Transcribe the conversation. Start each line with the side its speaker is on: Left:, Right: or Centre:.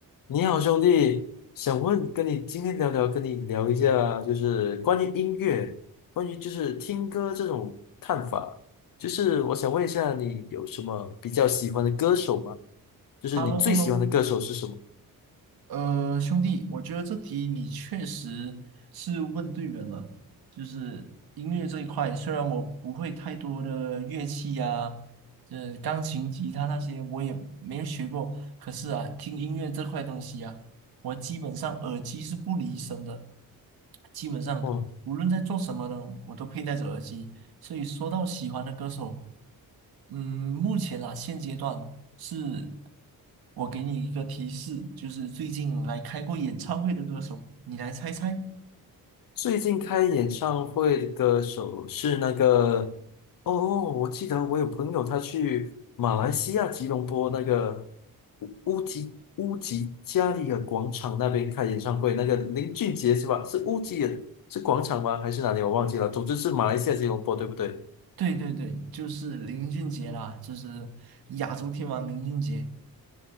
Left: 你好，兄弟，想问跟你今天聊聊，跟你聊一下，就是关于音乐，关于就是听歌这种看法，就是我想问一下，你有什么比较喜欢的歌手吗？就是你最喜欢的歌手是什么？
Right: h e l l o h e l l o 呃，兄弟，我觉得这题你确实是问对人了。就是音乐这一块，虽然我不会太多的乐器呀、这钢琴、吉他那些我也没有学过，可是啊，听音乐这块东西啊，我基本上耳机是不离身的，基本上无论在做什么呢，
Left: 哦。
Right: 我都佩戴着耳机。所以说到喜欢的歌手，嗯，目前啦，现阶段是我给你一个提示，就是最近来开过演唱会的歌手，你来猜猜。
Left: 最近开演唱会的歌手是那个，哦哦，我记得我有朋友他去马来西亚吉隆坡那个乌乌吉乌吉加里尔广场那边开演唱会，那个林俊杰是吧？是乌吉尔是广场吗？还是哪里？我忘记了。总之是马来西亚吉隆坡，对不对？
Right: 对对对，就是林俊杰啦，就是亚洲天王林俊杰。